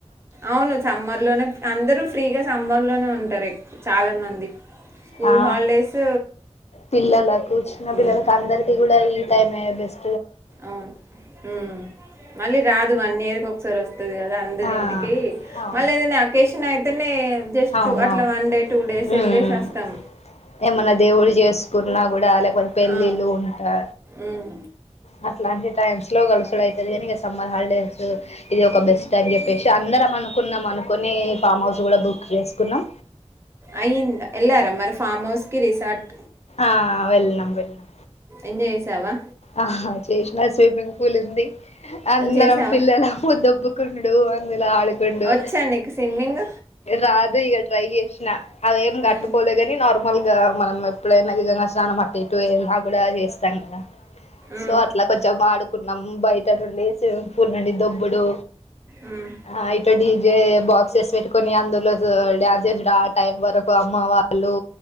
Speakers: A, on the right; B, on the left.
A: అవును సమ్మర్ లోనే అందరూ ఫ్రీగా సమ్మర్లోనే ఉంటారె చాలా మంది స్కూల్
B: ఆ
A: హాలిడేస్
B: పిల్లలకు చిన్న పిల్లలకు
A: ఉమ్
B: అందరికి కూడా ఈ టైమే బెస్
A: అవును ఉమ్ మళ్ళీ రాదు వన్ ఇయర్కి ఒకసారి వస్ తది కదా అందరి
B: ఆ
A: ఇంటికి
B: అవును
A: మళ్ళ ఏదన్నా అకేషన్ అయితనే జస్ట్
B: అవునవును
A: అట్లా వన్ డే టూ డేస్
B: ఉమ్
A: వెళ్లేసస్తాం
B: ఏమన్నా దేవుడిక్ చేసుకున్నా కూడా లేకపోతే పెళ్ళిళ్ళు
A: ఆ
B: ఉంటా
A: ఉమ్
B: అ ట్లాంటి టైమ్స్లో గలుసుడు అయితది గనీ ఇగ సమ్మర్ హాల్డేస్ ఇది ఒక బెస్ట్ అని చెప్పేశి అందరం అనుకు కున్నాం అనుకొని ఫామ్ హౌస్ కూడా బుక్ చేసుకున్నాం
A: అయింద్ ఎళ్లారా మరి ఫామ్ హౌస్ కి రిసార్ట్
B: ఆ వెళ్ళం వెళ్ళం
A: ఎంజాయ్ చేసావా
B: ఆ చేసిన స్విమ్మింగ్ పూల్ ఉంది అందరం
A: చేసావా
B: పిల్లలము దొబ్బు కండుడు అందుల ఆడుకుండు
A: వచ్చా నీకు స్విమ్మింగ్
B: రాధు ఈగ ట్రై చేశిన అదెం కట్టుకోలే
A: ఉమ్
B: గని నార్ నార్మల్ గా మనం ఎప్పుడైనా గంగా స్నానం అట్టటి ఇటున్నా కూడా చేస్తాం కదా సో
A: ఉమ్
B: అట్లా కొంచెం ఆడుకున్నాము బయట నుండి స్విమ్మింగ్ పూల్ నుండి దొబ్బుడు
A: ఉమ్
B: ఆయి డజే బాక్సెస్ పెట్టుకొని అందులో డ్యాన్స్ చేసాడు ఆ టైం వరకు అమ్మ వాళ్ళు